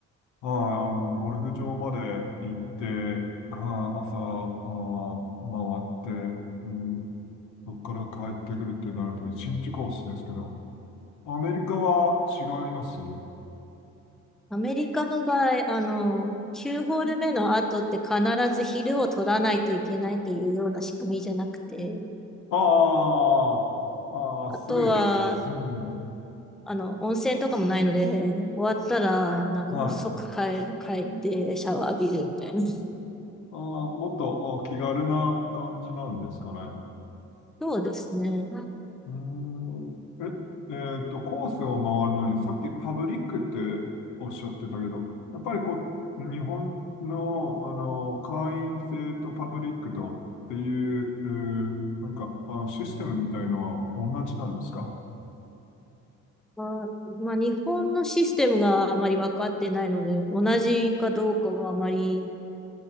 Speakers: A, on the left; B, in the centre.
A: あの、ゴルフ場まで行って、はい、朝、あー回って、うん、そこから帰ってくるってなると一日コースですけど、アメリカは違います
B: アメリカの場合、あの、9ホール目の後って必ず昼を取らないといけないというような仕組みじゃなくて、
A: ああ、あーあー、
B: あとは、
A: スルーでっていう。うん、
B: あの、温泉とかもないので、終わったら、なんか、
A: はい
B: 即帰帰ってシャワー浴びるみたいな。<laughs>
A: ああ、もっとあ気軽な感じなんですかね。
B: そうですね。
A: うーん。え、えっと、コースを回るのに、さっきパブリックっておっしゃってたけど、やっぱりこう、日本の、あの、会員制とパブリックとっていう、えーなんか、あ、システムみたいのは同じなんですか
B: まあ、まあ、日本のシステムがあまり分かってないので、同じかどうかはあまり